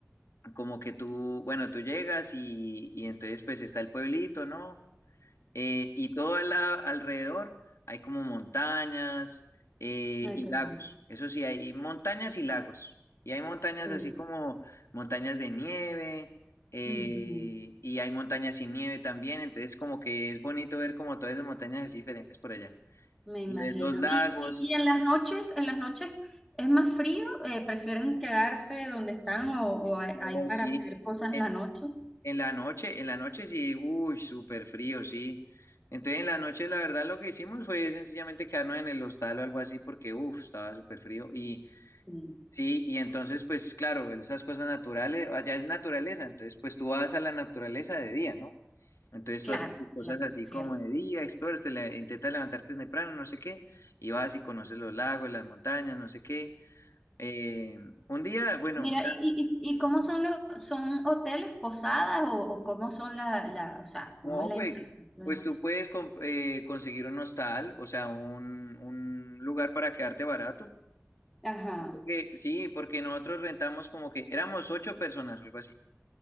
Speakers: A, on the left; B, in the centre.
A: como que tú, bueno, tú llegas y, y entonces pues está el pueblito, ¿no? Eh, y todo al la- alrededor hay como montañas eh,
B: Ay,
A: y
B: qué
A: lagos.
B: bello.
A: Eso sí, hay montañas y lagos. Y hay montañas
B: qué bello.
A: así como montañas de nieve eh,
B: Ujú,
A: y hay montañas sin nieve también. Entonces como que es bonito ver como todas esas montañas así diferentes por allá.
B: Me imagino.
A: Y ves los lagos.
B: ¿Y, y- y en las noches, en las noches es más frío? Eh, ¿prefieren quedarse donde están o, o hay,
A: Oh,
B: hay para
A: sí.
B: hacer cosas
A: Eh,
B: en la noche?
A: En la noche, en la noche sí, uy, súper frío, sí. Entonces en la noche la verdad lo que hicimos fue sencillamente quedarnos en el hostal o algo así porque, uff, estaba súper frío. Y
B: Sí,
A: sí, y entonces pues claro, esas cosas naturales, allá es naturaleza, entonces pues tú vas a la naturaleza de día, ¿no? Entonces
B: claro,
A: tú haces tus cosas
B: claro,
A: así
B: cierto.
A: como de día, exploras, te le- intentas levantarte temprano, no sé qué, y vas y conoces los lagos, las montañas, no sé qué. Eh, un día, bueno,
B: Mira, ¿y, y, y y cómo son los, son hoteles, posadas o, o cómo son la, la, o sea, cómo
A: No,
B: es la
A: pues,
B: infraestructura?
A: pues tú puedes comp- eh, conseguir un hostal, o sea, un, un lugar para quedarte barato.
B: Ajá,
A: Porque- sí, porque nosotros rentamos como que éramos ocho personas, algo así.